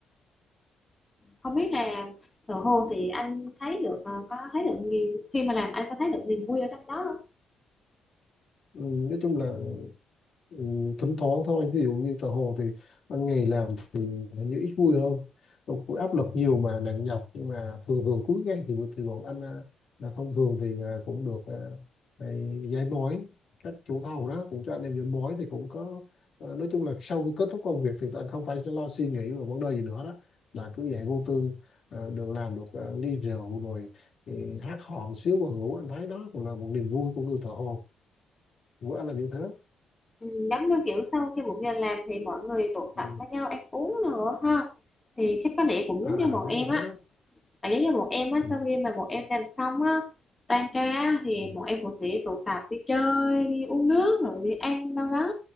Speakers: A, on the left; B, on the left.
A: không biết là thợ hồ thì anh thấy được ờ, có thấy được niềm khi mà làm anh có thấy được niềm vui ở trong đó không?
B: Ừ, nói chung là Ừ, thỉnh thoảng thôi ví dụ như tờ hồ thì ban ngày làm thì hình như ít vui hơn Đâu có áp lực nhiều mà nặng nhọc nhưng mà thường thường cuối ngày thì thì bọn anh à, là thông thường thì à, cũng được à, này, giải mối các chủ thầu đó cũng cho anh em giải mối thì cũng có à, nói chung là sau khi kết thúc công việc thì tụi anh không phải lo suy nghĩ và vấn đề gì nữa đó là cứ dạy vô tư à, được làm được à, ly rượu rồi thì hát hò xíu và ngủ anh thấy đó cũng là một niềm vui của người thợ hồ của anh là như thế
A: Ừ, giống như kiểu sau khi một ngày làm thì mọi người tụ tập
B: Ừ.
A: với nhau ăn uống nữa ha thì chắc có lẽ cũng
B: à,
A: giống như bọn
B: à đúng
A: em
B: như thế
A: á
B: đó
A: tại giống như bọn em á
B: ừ.
A: sau khi mà bọn em làm xong á tan ca á, thì
B: Ừ.
A: bọn em cũng sẽ tụ tập đi chơi đi uống nước rồi đi ăn đâu đó